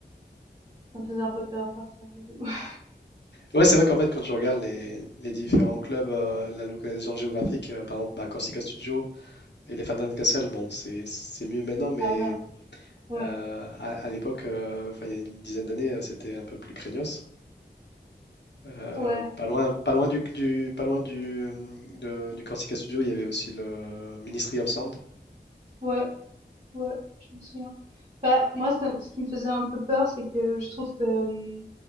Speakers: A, on the right; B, on the left.
A: ça me faisait un peu peur parfois, j'avoue. <laughs>
B: Ouais, c'est vrai qu'en fait, quand tu regardes les, les différents clubs, euh, la localisation géographique, euh, par exemple, bah, Corsica Studio et les Phantom Castle, bon, c'est c'est mieux maintenant, mais
A: Ça va, ouais,
B: euh, à, à l'époque, euh, enfin, il y a une dizaine d'années, euh, c'était un peu plus craignos. Euh,
A: ouais,
B: pas loin, pas loin du, du- pas loin du, hum, de- du Corsica Studio, il y avait aussi le Ministry of Sound.
A: ouais. Ouais, je me souviens. Bah, moi, ça- ce qui me faisait un peu peur, c'est que je trouve que, hum,